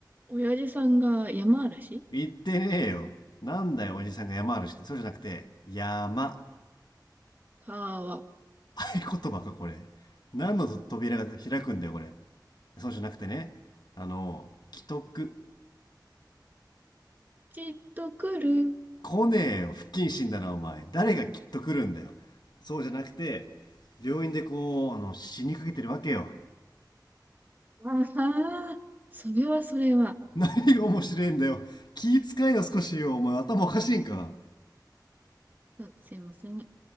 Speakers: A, on the right (about 25°); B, on the left (about 65°).
A: 親父さんが山嵐
B: 言ってねえよ。なんだよ、おじさんが山嵐って。そうじゃなくて、山。
A: 川。
B: 合言葉か、これ。何の扉が開くんだよ、これ。そうじゃなくてね。あの、既得。
A: きっと来る。
B: 来ねえよ、不謹慎だな、お前。誰がきっと来るんだよ。そうじゃなくて、病院でこう、あの、死にかけてるわけよ。
A: ああ、それはそれは。
B: <laughs> 何が面白いんだよ。気遣いよ、少しよ。お前、頭おかしいんか。
A: あすいません。